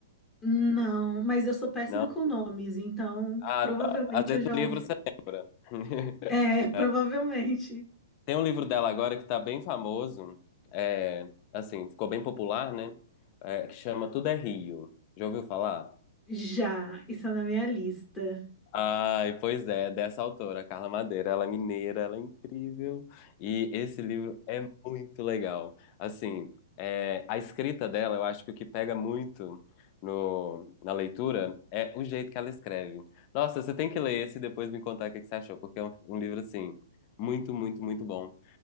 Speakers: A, on the left (about 20°); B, on the left (about 40°).
A: não, mas eu sou péssima
B: Não?
A: com nomes, então
B: Ah,
A: provavelmente
B: tá. Às vezes
A: eu já
B: o
A: ouvi.
B: livro você lembra. <laughs>
A: É, <laughs>
B: É,
A: provavelmente.
B: Tem um livro dela agora que tá bem famoso, é, assim, ficou bem popular, né? É, que chama Tudo é Rio. Já ouviu falar?
A: Já, isso é na minha lista.
B: Ai, pois é, dessa autora, Carla Madeira. Ela é mineira, ela é incrível. E esse livro é muito legal. Assim, é, a escrita dela, eu acho que o que pega muito no, na leitura é o jeito que ela escreve. Nossa, você tem que ler esse e depois me contar o que que você achou, porque é um, um livro, assim, muito, muito, muito bom.